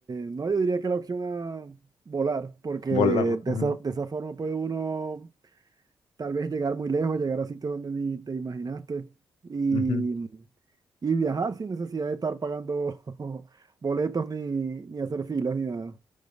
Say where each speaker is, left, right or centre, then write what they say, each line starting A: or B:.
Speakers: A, on the right; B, on the left.
A: no, yo diría que la opción a volar, porque
B: Volar.
A: de
B: Ujú,
A: esa, de esa forma puede uno tal vez llegar muy lejos, llegar a sitios donde ni te imaginaste y,
B: ujú.
A: y viajar sin necesidad de estar pagando <laughs> boletos ni, ni hacer filas ni nada.